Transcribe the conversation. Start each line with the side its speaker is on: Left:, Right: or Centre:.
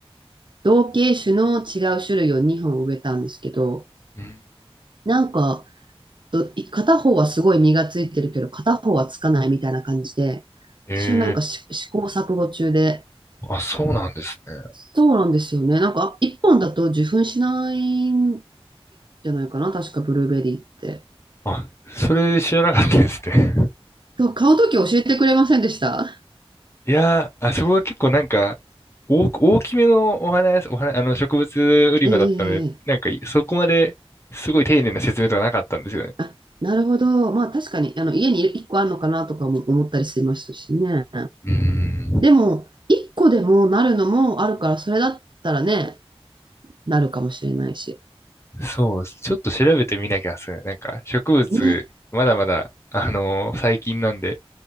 Right: 同系種の違う種類を2本植えたんですけど、
Left: うん、
Right: なんか、ど片方はすごい実がついてるけど、片方はつかないみたいな感じで、
Left: ええ
Right: 私もなんかし試行錯誤中で、
Left: あ、そうなんですね。
Right: そうなんですよね。なんか、1本だと受粉しないんじゃないかな、確かブルーベリーって。
Left: あ、それ知らなかったですね。
Right: そう、買うとき教えてくれませんでした
Left: いやー、あそこが結構なんか、大、大きめのお花屋さん、お花、あの植物売り場だったので、
Right: ええええええ
Left: なんかそこまですごい丁寧な説明とかなかったんですよね。
Right: あ、なるほど。まあ確かに、あの、家に1個あるのかなとかも思ったりしましたしね。
Left: うーん。
Right: でも、1個でもなるのもあるから、それだったらね、なるかもしれないし。
Left: そうです。ちょっと調べてみなきゃっすね。なんか植物、
Right: ね。
Left: まだまだ、あのー最近なんで。